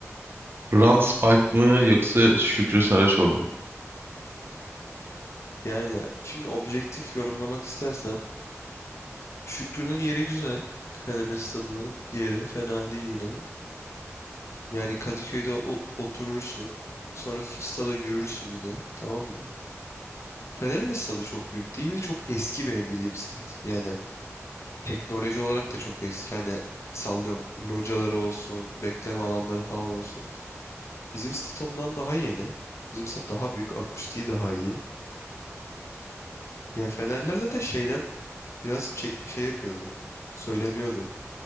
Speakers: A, on the right; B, on the left.
A: <laughs> Rams Park mı yoksa Şükrü Saraçoğlu mu?
B: Yani şimdi objektif yorumlamak istersem. Şükrü'nün yeri güzel. Fener'in stadının yeri fena değil yine. Yani Kadıköy'de o- oturursun. Sonra f- stada yürürsün yine. Tamam mı? Fener'in de stadı çok büyük değil. Bir de çok eski benim bildiğim stat. Yani teknoloji olarak da çok eski. Hani sallıyorum locaları olsun, bekleme alanları falan olsun. Bizim stat ondan daha yeni. Bizim stat daha büyük. Akustiği daha iyi. Yani Fenerler zaten şeyden biraz çe- şey yapıyordu. Söyleniyordu.